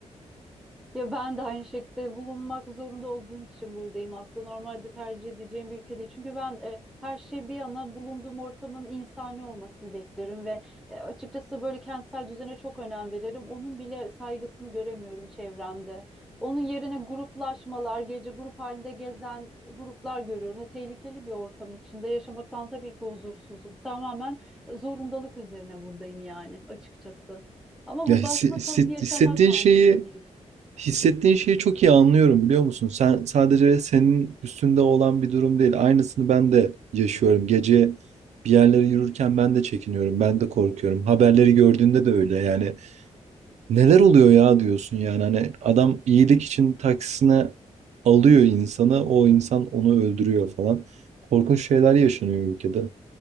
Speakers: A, in the centre; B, on the right.
A: Ya ben de aynı şekilde bulunmak zorunda olduğum için buradayım aslında. Normalde tercih edeceğim bir ülke değil. Çünkü ben e, her şey bir yana bulunduğum ortamın insani olmasını beklerim ve e, açıkçası böyle kentsel düzene çok önem veririm. Onun bile saygısını göremiyorum çevremde. Onun yerine gruplaşmalar, gece grup halinde gezen gruplar görüyorum. Ve tehlikeli bir ortam içinde yaşamaktan tabii ki huzursuzum. Tamamen zorundalık üzerine buradayım yani açıkçası.
B: <laughs>
A: Ama
B: ya
A: bu
B: hissi-
A: basma
B: hisset-
A: kalıp yaşamak
B: hissettiğin
A: mantıklı
B: şeyi
A: değil.
B: Hissettiğin şeyi çok iyi anlıyorum biliyor musun? Sen sadece senin üstünde olan bir durum değil. Aynısını ben de yaşıyorum. Gece bir yerlere yürürken ben de çekiniyorum. Ben de korkuyorum. Haberleri gördüğünde de öyle. Yani neler oluyor ya diyorsun yani. Hani adam iyilik için taksisine alıyor insanı. O insan onu öldürüyor falan. Korkunç şeyler yaşanıyor ülkede.